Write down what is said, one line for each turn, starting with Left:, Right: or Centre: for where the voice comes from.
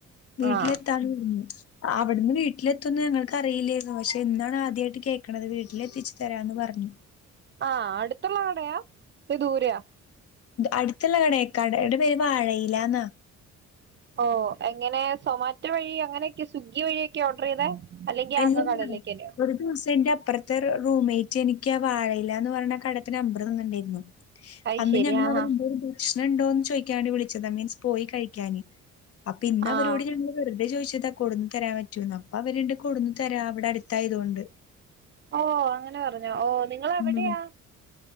Left: വീട്ടിലെത്താൻ
Right: ആഹ്
Left: അവിടുന്ന് വീട്ടിലെത്തുംന്ന് ഞങ്ങൾക്ക് അറിയില്ലായിരുന്നു പക്ഷെ എന്നന്താണ് ആദ്യമായിട്ട് കേൾക്കണത് വീട്ടിലെത്തിച്ചു തരാന്ന് പറഞ്ഞു
Right: ആഹ അടുത്തുള്ള കടയാ ദൂരയാ
Left: അടുത്തുള്ള കടയ കടയുടെ പേര് വാഴയിലാന്നാ
Right: ഓ എങ്ങനെ സൊമാറ്റോ വഴി അങ്ങനെയൊക്കെ സ്വിഗ്ഗി വഴിയൊക്കെ ഓർഡർ ചെയ്തേ അല്ലെങ്കിൽ
Left: അല്ലല്ല
Right: ആക കടലേക്കാ വരോ
Left: ഒരു ദിവസം എന്റെ അപ്പുറത്തെ റൂംമേറ്റ് എനിക്ക് ആ വാഴയില എന്ന് പറയ്ണ കട തെ നമ്പർ തന്നിണ്ടായിരുന്നു
Right: അയ്ശരി
Left: അന്ന് ഞങ്ങ
Right: ആഹ്
Left: അവരെ എന്ത ഒരു പ്രശ്നം ഉണ്ടോന്ന് ചോദിക്കാൻ വേണ്ടി വിളിച്ചതാ മീൻസ് പോയി കഴിക്കാന് അപ്പൊ
Right: ആഹ്
Left: ഇന്ന്
Right: ആഹ്
Left: അവരോട് ഞങ്ങള് വെറുത ചോദിച്ചതാ കൊടുന്ന് തരാൻ പറ്റോന്ന് അപ്പോ അവരു കൊടുന്നു തരാം അവിടെ അടുത്തായതുകൊണ്ട്
Right: ഓ അങ്ങനെ പറഞ്ഞോ ഓ നിങ്ങള് എവിടെയാ
Left: ഉം